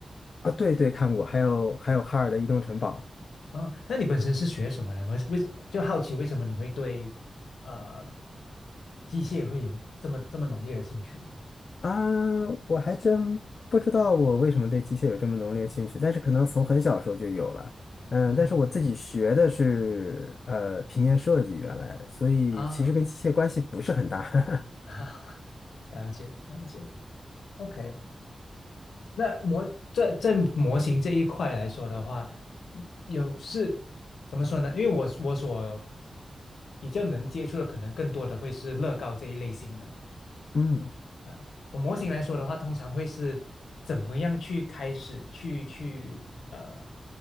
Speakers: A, on the left; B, on the left.
A: 啊，对对，看过，还有还有哈尔的移动城堡。
B: 啊、那你本身是学什么的？为为就好奇为什么你会对呃机械会有这么这么浓烈的兴趣？
A: 啊，我还真不知道我为什么对机械有这么浓烈兴趣，但是可能从很小时候就有了。嗯，
B: 嗯
A: 但是我自己学的是呃平面设计，原来，所以其实跟机械关系不是很大。
B: 啊，
A: <laughs>
B: <laughs> 了解了解。OK，那模在在模型这一块来说的话，有是怎么说呢？因为我我所比较能接触的，可能更多的会是乐高这一类型的。
A: 嗯，
B: 啊，从模型来说的话，通常会是怎么样去开始去去呃，